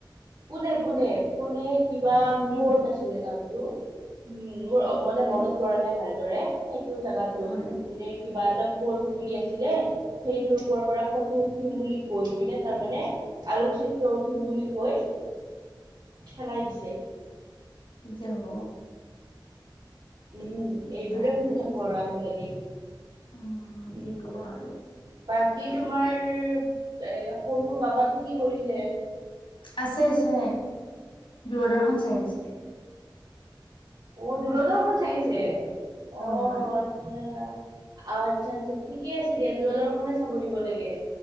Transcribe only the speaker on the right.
পোনে পোনে পোনে কিবা
ফৰ্ট
আছিলে নামটো উম মোৰ মানে
মনত পৰা নাই ভালদৰে সেইটো জেগাত গৈছিলে
পুনে কিবা এটা পৰ্ট বুলি আছিলে। সেইটোৰ ওপৰৰ পৰা ফটো উঠিম বুলি কৈ পিনে তাৰমানে আলোকচিত ফুটো উঠিম বুলি কৈ ঠেলাই দিছে।
উম এইবোৰে
শুনি থাকো আৰু আজিকালি
উম
বা কি তোমাৰ এ সৰু বাবাতো কি কৰিছে।
অ দূৰদৰ্শন চাই আছে
অ আটছা।
অ, আচ্ছা আচ্ছা ঠিকে আছে দিয়া দূৰদৰ্শনে চাব দিব লাগে।